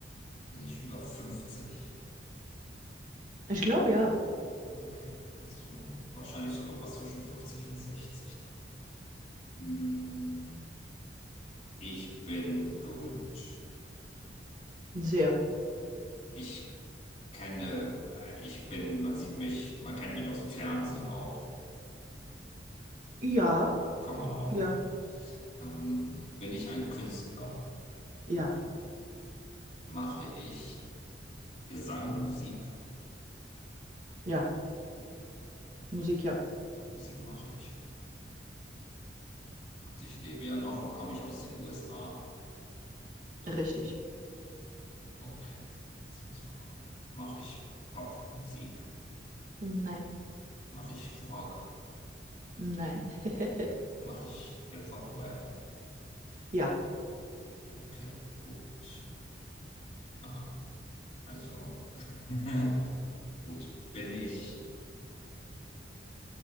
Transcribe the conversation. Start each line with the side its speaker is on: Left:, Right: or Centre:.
Left: Bin ich über 50?
Right: ich glaube ja.
Left: Okay, also wahrscheinlich so irgendwas zwischen 50 und sechzig. dann. Mm, Ich bin berühmt.
Right: Sehr.
Left: Ich kenne, äh, ich bin, man sieht mich, man kennt mich aus dem Fernsehen auch,
Right: Ja,
Left: kann man auch,
Right: ja,
Left: ne? Ähm, bin ich ein Künstler?
Right: ja,
Left: Mache ich Gesang, Musik?
Right: ja. Musik ja.
Left: Musik mache ich. Und ich lebe ja noch und komme ich aus den USA.
Right: Richtig.
Left: Okay, jetzt muss man gucken. Mache ich Popmusik?
Right: Nein,
Left: Mache ich Rock?
Right: nein. <laughs>
Left: Mache ich Hip-Hop-Rap?
Right: Ja,
Left: Okay, gut. Ah, also, <laughs> gut. Bin ich,